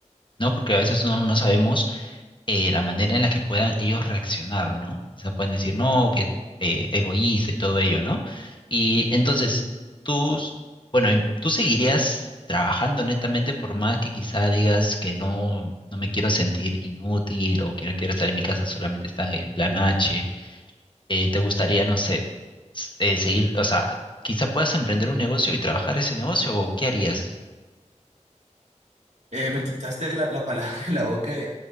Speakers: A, on the left; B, on the right.
A: ¿no? Porque a veces uno no sabemos eh, la manera en la que puedan ellos reaccionar, ¿no? Quizá pueden decir, no, que eh, egoísta y todo ello, ¿no? Y entonces, tú, s- bueno, y tú seguirías trabajando netamente por más que quizá digas que no, no me quiero sentir inútil o que no quiero estar en mi casa, solamente está en plan H. Eh, ¿te gustaría, no sé, s- eh, seguir, o sea, quizá puedas emprender un negocio y trabajar ese negocio o qué harías?
B: Eh, me quitaste la, la palabra <laughs> de la boca. eh.